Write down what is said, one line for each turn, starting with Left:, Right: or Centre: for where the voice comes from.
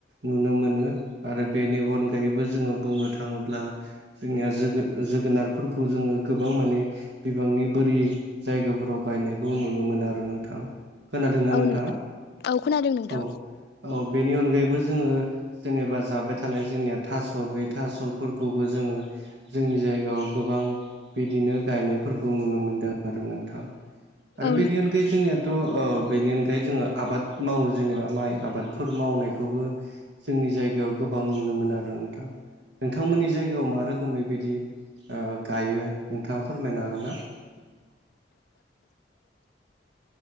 Right: नुनो मोनो आरो बेनि अनगायैबो जोङो बुंनो थाङोब्ला जोंनिया जोगो जोगोनारफोरखौ जोङो गोबां मानो बिबांनि बोरि जायगाफोराव गायनायखौ नुनो मोनो आरो नोंथां। खोनादोंना
Left: औ
Right: नोंथाङा?
Left: नोंथां औ खोनादों नोंथां
Right: औ औ बेनि अनगायैबो जोङो जेनेबा जाबाय थानाय जोंनिया थास' बै थास' फोरखौबो जोङो जोंनि जायगायाव गोबां बिदिनो गायनायफोरखौ नुनो मोनदों आरो नोंथां
Left: औ
Right: आरो बेनि
Left: नों
Right: अनगायै जोंनियाथ औ बेनि अनगायै जोङो आबाद मावो जेनेबा माइ आबादफोर मावनायखौबो जोंनि जायगायाव गोबां नुनो मोनो‌ आरो नोंथां नोंथांमोननि जायगायाव मा रोखोमै बिदि ओ गायो नोंथाङा फोरमायनो हागोन ना? <inaudible>